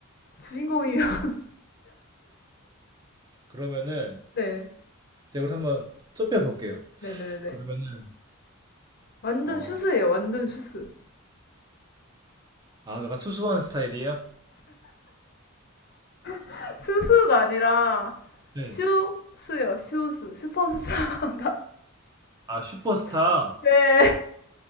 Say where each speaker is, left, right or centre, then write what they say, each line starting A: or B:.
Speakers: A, on the left (about 50°); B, on the right (about 20°).
A: 주인공이면. <laughs>
B: 그러면은,
A: 네.
B: 제가 이걸 한번 좁혀볼게요.
A: 네네네네.
B: 그러면은,
A: 완전
B: 어,
A: 슈스예요. 완전 슈스.
B: 아, 약간 수수한 스타일이에요?
A: <laughs> 스스가 아니라
B: 네.
A: 슈스요. 슈스. 슈퍼스타.
B: 아, 슈퍼스타.
A: <laughs> 네.